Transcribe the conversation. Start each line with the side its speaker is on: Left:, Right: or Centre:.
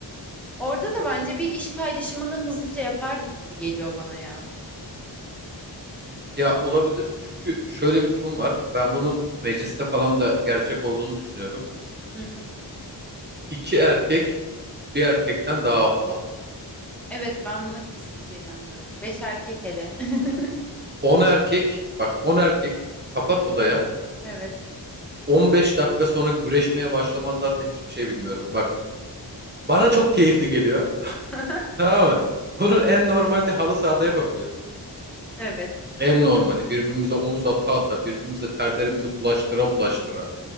Centre: Orada da bence bir iş paylaşımını hızlıca yapardık gibi geliyor bana ya.
Right: Ya olabilir çünkü şöyle bir durum var. Ben bunun mecliste falan da gerçek olduğunu düşünüyorum.
Centre: Hı hı.
Right: İki erkek bir erkekten daha aptaldır.
Centre: Evet ben buna kesinlikle inanıyorum. Beş erkek hele. <laughs>
Right: On erkek, bak on erkek kapat odaya.
Centre: Evet.
Right: on beş dakika sonra güreşmeye başlamazlarsa hiçbir şey bilmiyorum. Bak bana çok keyifli geliyor.
Centre: <laughs>
Right: Tamam mı? Bunun en normalini halı sahada yapabiliyoruz.
Centre: Evet.
Right: En normali birbirimize omuz ata ata, birbirimize terlerimizi bulaştıra bulaştıra.